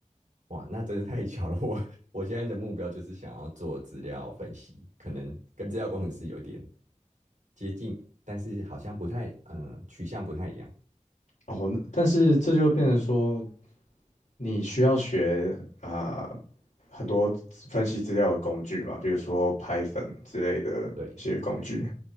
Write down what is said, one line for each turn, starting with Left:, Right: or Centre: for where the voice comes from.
Right: 哇，那真是太巧了，<laughs> 我我现在的目标就是想要做资料分析，可能跟资料工程师有点接近，但是好像不太嗯、呃取向不太一样，
Left: 哦。那但是这就变成说，你需要学啊、很多资分析资料的工具嘛，比如说 Python 之类的一些工具。
Right: 对对。